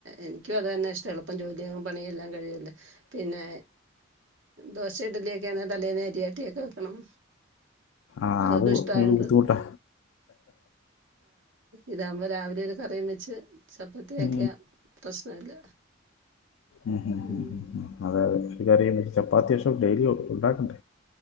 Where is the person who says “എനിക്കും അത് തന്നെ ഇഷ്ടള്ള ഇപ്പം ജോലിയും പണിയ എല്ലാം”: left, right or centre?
Right